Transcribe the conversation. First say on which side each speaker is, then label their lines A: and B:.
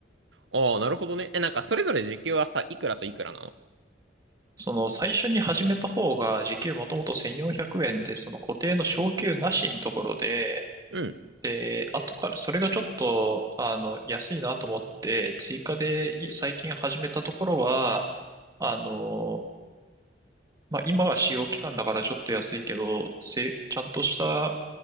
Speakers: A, on the right; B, on the right.
A: ああ、なるほどね。え、なんか、それぞれ時給はさ、いくらといくらなの
B: その最初に始めた方が時給もともと1400円で、その固定の昇給なしのところで、
A: うん。
B: で、後からそれがちょっと、あの、安いなと思って、追加でい最近始めたところは、あの、まあ、今は試用期間だからちょっと安いけど、せ、ちゃんとした、